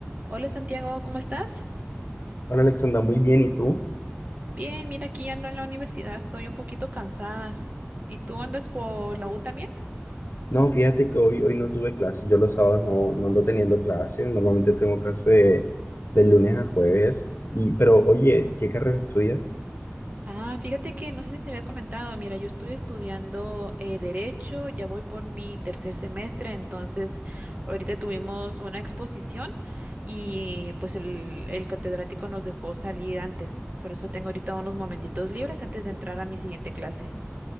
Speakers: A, on the right (about 35°); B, on the left (about 60°).
A: Hola Santiago, ¿cómo estás?
B: Hola Alexandra, muy bien, ¿y tú?
A: Bien, mira, aquí ando en la universidad, estoy un poquito cansada. ¿Y tú andas por la U también?
B: No, fíjate que hoy, hoy no tuve clase, yo los sábados no, no ando teniendo clase, normalmente tengo clase de, de lunes a jueves, y, pero oye, ¿qué carrera estudias?
A: Ah, fíjate que no sé si te había comentado, mira, yo estoy estudiando eh, Derecho, ya voy por mi tercer semestre, entonces ahorita tuvimos una exposición y pues el, el catedrático nos dejó salir antes, por eso tengo ahorita unos momentitos libres antes de entrar a mi siguiente clase.